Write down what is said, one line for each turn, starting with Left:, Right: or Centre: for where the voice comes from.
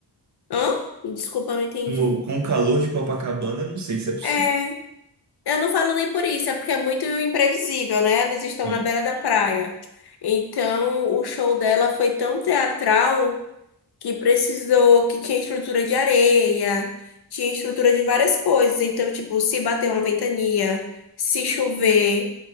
Left: Hã? Desculpa, eu não entendi.
Right: No, com o calor de Copacabana, não sei se é possível.
Left: É, eu não falo nem por isso, é porque é muito imprevisível, né? Eles estão
Right: Sim,
Left: na beira da praia. Então, o show dela foi tão teatral. que precisou, que tinha estrutura de areia, tinha estrutura de várias coisas. Então, tipo, se bater uma ventania, se chover,